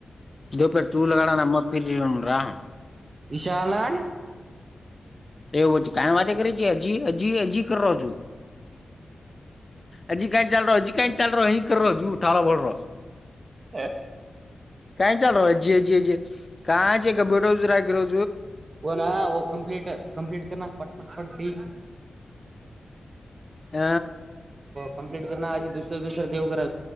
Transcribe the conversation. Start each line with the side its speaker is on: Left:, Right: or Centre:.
Left: ದಪೇರ್ ತೂಲಗಡ ನಮ್ಮಫರರಾ.
Right: ಇಶಾನಾಯ.
Left: ಎ ಕಾಯ್ ಮಾತ ಕ ಹ ಹ ಹಜೋ. ಅಜಿ ಕ ಚಲ್ರ ಅಜಿ ಕ ಚಲ್ರ ಹಿರ ಜ ಠಾಳ ಬಳರ.
Right: ಹ.
Left: ಕಾಯ ಚಲ್ರೋ ಜೆ ಜಿಯೆ ಜೆ ಕಾಯ ಜೆ ಗಬಟಸುರಾಗಿರೋ.
Right: ನ ಕಾಂಟ್ ಕಂಪ್ಲೀಟ್ ಪ ಪ ಪಡಫೀಸ್.
Left: ಹ.
Right: ಕಂಪ್ಲಿಟ್ ನ ಅಜಿ ದೂಸರ ದೂಸರ ದೇವಗರ